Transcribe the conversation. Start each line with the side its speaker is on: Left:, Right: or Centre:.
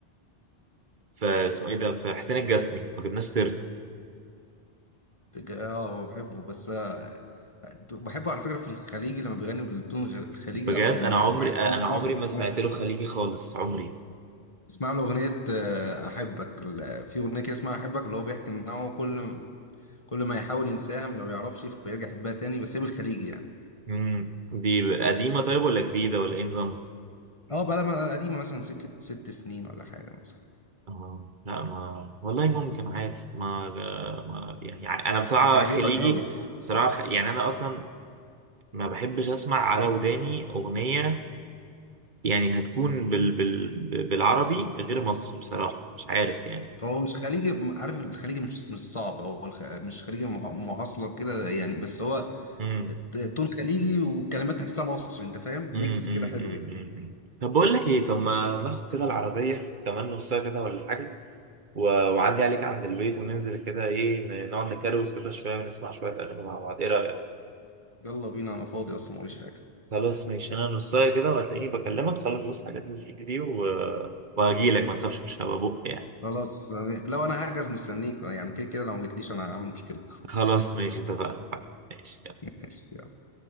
Right: في اسمه ايه ده في حسين الجسمي ما جبناش سيرته
Left: اه هو بحبه بس آه، بحبه على فكرة في الخليجي لما بيغني بالتون الغ- الخليجي
Right: بجد
Left: أكتر من المصري
Right: انا عمري
Left: مع
Right: انا
Left: إنه
Right: عمري
Left: معظم
Right: ما سمعت
Left: لا
Right: له خليجي خالص عمري
Left: اسمع له أغنية آه، أحبك ال- في أغنية كده اسمها أحبك اللي هو بيحكي إن هو كل كل ما يحاول ينساها ما بيعرفش فبيرجع يحبها تاني بس هي بالخليجي يعني
Right: امم دي قديمه طيب ولا جديده ولا ايه نظامها
Left: اه بقى لما قديمة مثلا سكة ست سنين ولا حاجة مثلا
Right: اه لا ما والله ممكن عادي ما, ما يعني انا بصراحه
Left: هتعجبك
Right: خليجي
Left: أوي يعني
Right: بصراحه خ... يعني انا اصلا ما بحبش اسمع على وداني اغنيه يعني هتكون بال... بال... بالعربي غير مصري بصراحه مش عارف يعني
Left: هو مش خليجي عارف الخليجي مش مش صعب هو الخ... مش خليجي مع- معاصلة كده يعني بس هو
Right: امم
Left: تون خليجي والكلمات تحسها مصري انت فاهم
Right: امم
Left: ميكس
Right: امم
Left: كده حلو
Right: امم
Left: يعني.
Right: امم. طب بقول لك ايه طب ما ناخد كده العربيه كمان نص ساعه كده ولا حاجه و... وعدي عليك عند البيت وننزل كده ايه ن- نقعد نكروز كده شويه ونسمع شويه اغاني مع بعض ايه رايك
Left: يلا بينا انا فاضي اصلا موريش حاجه
Right: خلاص ماشي انا نصايه كده وهتلاقيني بكلمك خلاص بس حاجات اللي في ايدي دي و... وهجيلك ما تخافش مش هبقى بق يعني
Left: خلاص يعني لو انا هحجز مستنيك يعني كده كده لو ما جيتليش انا هعمل مشكله
Right: خلاص ماشي اتفقنا ماشي
Left: <laughs> ماشي يلا